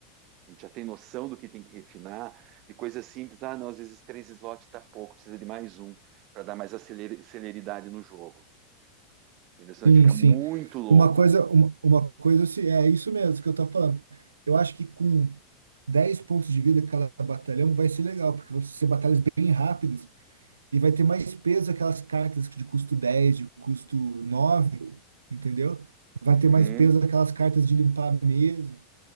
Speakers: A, on the right; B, on the right.
A: a gente já tem noção do que tem que refinar, de coisas simples. Ah, não, às vezes três slots está pouco, precisa de mais um para dar mais aceler- celeridade no jogo. Entendeu? Senão
B: Sim,
A: ele fica
B: sim.
A: muito longo.
B: Uma coisa, uma, uma coisa se- é isso mesmo que eu tô falando. Eu acho que com 10 pontos de vida cada batalhão vai ser legal, porque vão ser batalhas bem rápidas e vai ter mais peso aquelas cartas de custo 10 de custo nove entendeu? Vai
A: Uhum.
B: ter mais peso aquelas cartas de limpar a mesa,